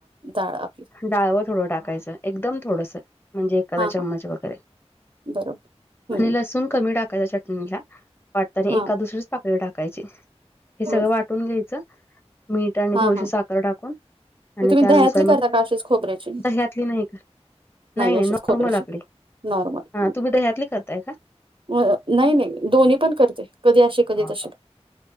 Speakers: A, on the right (about 50°); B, on the left (about 20°).
A: जाडा
B: डाळं थोडं टाकायचं एकदम थोडंसं म्हणजे एखादा
A: हां,
B: चममच
A: हां,
B: वगैरे
A: बरोबर. हं,
B: आणि लसूण कमी टाकायच चटणीला वाटताना
A: हां,
B: एका दुसरीच पाकळी टाकायची हे सगळं
A: हं,
B: वाटून घ्यायचं मीठ आणि,
A: हां, हां.
B: साखर टाकून त्यानंतर
A: मग तुम्ही दह्यातली करता
B: मग
A: का अशीच खोबऱ्याची?
B: दह्यातली नाही. नाही नाही
A: अशीच
B: नॉर्मल
A: खोबऱ्याची
B: आपले
A: नॉर्मल.
B: हा
A: हं.
B: तुम्ही दह्यातली करताय का
A: अ नाही नाही दोन्ही पण करते कधी असे कधी
B: हा
A: तसे
B: हा.